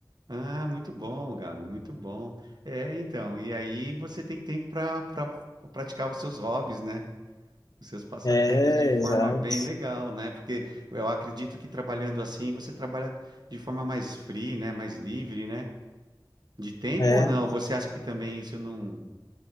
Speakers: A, on the right; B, on the left.
A: Ah, muito bom, Gabi, muito bom. É, então, e aí você tem tempo para pra, pra praticar os seus hobbies, né? Os seus passatempos
B: É,
A: de forma
B: exato.
A: bem legal, né? Porque eu acredito que trabalhando assim você trabalha de forma mais free, né? Mais livre, né? De tempo
B: É.
A: ou não? Você acha que também isso não,